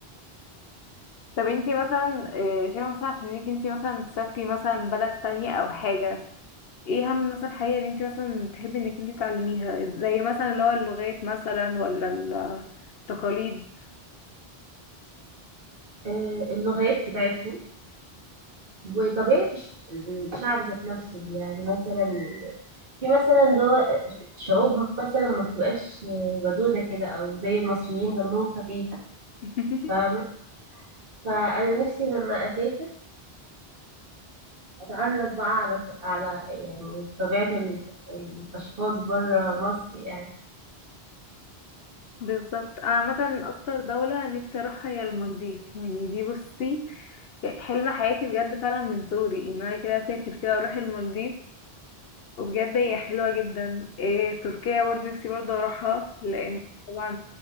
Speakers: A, on the left (about 70°); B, on the right (about 60°).
A: طب انتي مثلا آه، شايفة مثلا عشان انك انتي مثلا تسافري مثلا بلد تانية او حاجة ايه اهم مثلا حاجة ان انتي مثلا تحبي انك انتي تعلميها زي مثلا اللي هو اللغات مثلا ولا التقاليد
B: آه، اللغات بتاعتهم وطبيعة الش- الشعب ذات نفسه يعني مثلا في مثلا دول شعوب مثلا ما بتبقاش ودودة كده أو زي المصريين دمهم خفيف
A: <laughs>
B: فاهمة فأنا نفسي لما أسافر أتعرف بقى على على يعني طبيعة ال... الأشخاص بره مصر يعني
A: بالظبط انا عامة اكتر دولة نفسي اروحها هي المالديف يعني دي بصي حلم حياتي بجد فعلا من صغري ان انا كده اسافر كده اروح المالديف وبجد هي حلوة جدا إيه تركيا برضه نفسي برضه اروحها لان طبعا